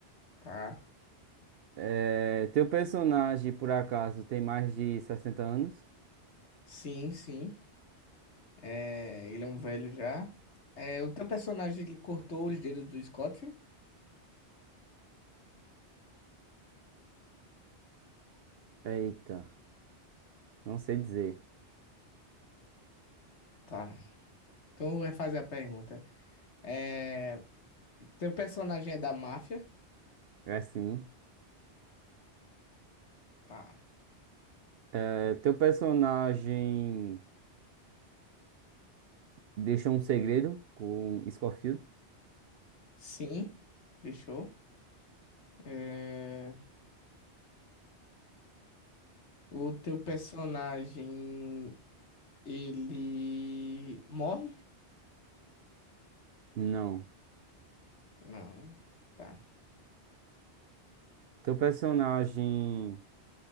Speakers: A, on the left; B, on the right.
A: Tá.
B: É, teu personagem, por acaso, tem mais de 60 anos?
A: Sim, sim. É, Ele é um velho já. É, O teu personagem, ele cortou os dedos do Scofield?
B: Eita, não sei dizer.
A: Tá. Então eu vou refazer a pergunta. É... Teu personagem é da máfia?
B: É sim.
A: Tá.
B: É, teu personagem deixou um segredo com Scofield?
A: Sim. Fechou. É... O teu personagem, ele morre?
B: Não.
A: Não, né? tá.
B: Teu personagem,